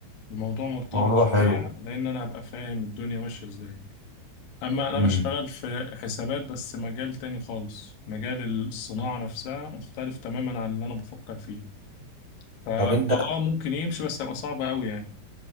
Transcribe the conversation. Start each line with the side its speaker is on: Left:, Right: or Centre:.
Left: الموضوع مرتبط
Right: موضوع
Left: شوية
Right: حلو
Left: لان انا هبقى فاهم الدنيا ماشية ازاي أما أنا
Right: امم
Left: بشتغل في حسابات بس مجال تاني خالص مجال الصناعة نفسها مختلف تماما عن اللي أنا بفكر فيه فهو
Right: طب أنت
Left: آه ممكن يمشي بس هيبقى صعب أوي يعني